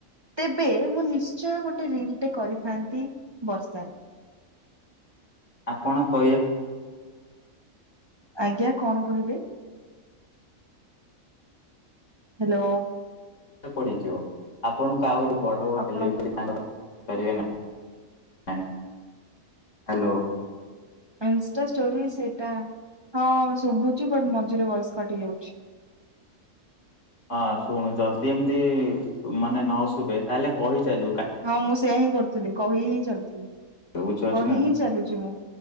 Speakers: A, on the right; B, on the left.
A: ତେବେ ମୁଁ ନିଶ୍ଚୟ ଗୋଟେ ରିଲ ଟେ କରିଥାନ୍ତି ବର୍ଷାରେ।
B: ଆପଣ କହିବାକୁ
A: ଆଜ୍ଞା କଣ କହିଲେ। ହ୍ୟାଲୋ
B: ପଡିଯିବ ଆପଣଙ୍କୁ ଆଉ ବଡ ବଡ
A: ଆପଣଙ୍କ
B: ହେଲେ ତାଙ୍କ <unintelligible> ହ୍ୟାଲୋ।
A: ଇନଷ୍ଟା ଷ୍ଟୋରି ସେଇଟା, ହଁ ଏବେ ଶୁଭୁଛି ବଟ୍ ମଝିରେ ଭଏସ କଟ୍ ହେଇଯାଉଛି।
B: ହଁ ଶୁଣୁ ଯଦି ଏମିତି ମାନେ ନ ଶୁଭେ, ତାହେଲେ କହିଚାଲୁ
A: ହଁ ମୁଁ ସେଇଆ ହିଁ କରୁଥିଲି, କହି ହିଁ ଚାଲିଥିଲି।
B: <unintelligible>
A: କହି ହିଁ ଚାଲୁଛି ମୁଁ